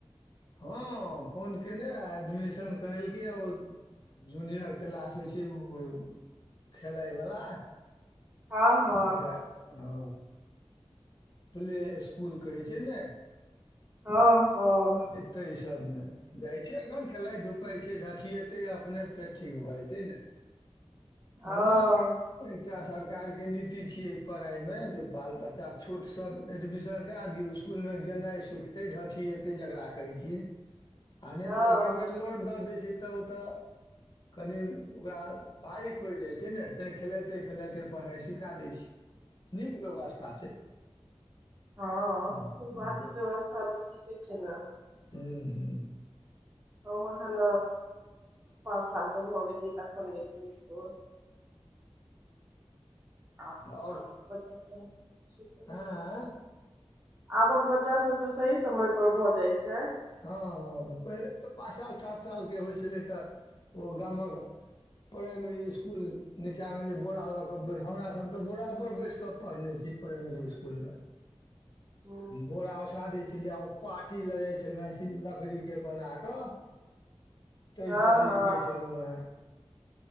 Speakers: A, on the left; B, on the right.
A: हँ फोन केने रहए एडमिशन करेलकै आ ओ जूनियर क्लास होइ छै ओ खेलइ वला
B: हँ हँ
A: जेकरा ह प्ले स्कूल कहै छै न
B: हँ हँ
A: तई सभमे जाइ छै एखन खेलइ धुपै छै ढठएतै अपने फेर ठीक भऽ जेतै न
B: हँ
A: ओना एकटा सर सरकार के नीति छिय पढ़ाई मे जे बाल बच्चा छोटस एडमिशन करा दियौ स्कूल मे गेल गेनाइ सिखतय दाठियेतइ जकरा कहय छियै आ नै
B: हँ
A: त ऐके बेर लोड द दइ छै तऽ ओतऽ कनि ओकरा भारी पइर जाइ छै न तै खेलाइते खेलाइते पढ़ाइ सिखा दै छै नीक व्यवस्था छै
B: हँ
A: हूँ
B: शुरुआती
A: हूँ
B: व्यवस्था तऽ ठीके छै न
A: हू हू
B: मोहन पाँच साल के भऽ गेलियै तखन गेलिय इसकुल आब
A: आओर
B: आब बच्चा सब छूटल
A: हँ
B: जाय छै आबक बच्चा सब के सही समय पर भ जाय छै
A: हँ पहिले तऽ पाँच साल सात सालके होइ छलै तऽ ओ गमक प्राइमरी स्कूल नीचाँ मे जे बोरा लऽ कऽ हमरा सब तऽ बोरा पर बैस कऽ पढ़ने छी प्राइमरी स्कूल मे
B: हूँ,
A: बोरा ओछा दइ छलिये ओ पार्टी ल जाइ छै पेनासिल लकड़ी के बना कऽ तइ
B: हँ
A: पर लिखे
B: हँ
A: छलहु हे <inaudible>